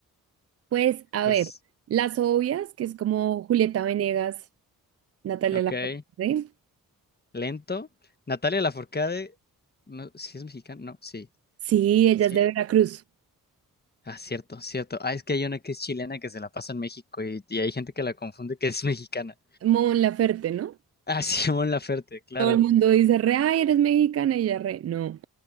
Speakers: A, on the right (about 45°); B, on the left (about 30°).
A: pues, a
B: Pues,
A: ver, las obvias, que es como Julieta Venegas, Natalia
B: ok,
A: Lafourcade.
B: lento. Natalia Lafourcade, no, ¿sí es mexicana? No, sí,
A: Sí, ella
B: sí.
A: es de Veracruz.
B: Ah, cierto, cierto. Ah, es que hay una que es chilena que se la pasa en México y, y hay gente que la confunde que es mexicana.
A: Mon Laferte, ¿no?
B: Ah, <laughs> Simón Laferte, claro.
A: Todo el mundo dice, re, ay, eres mexicana, y ella re, no.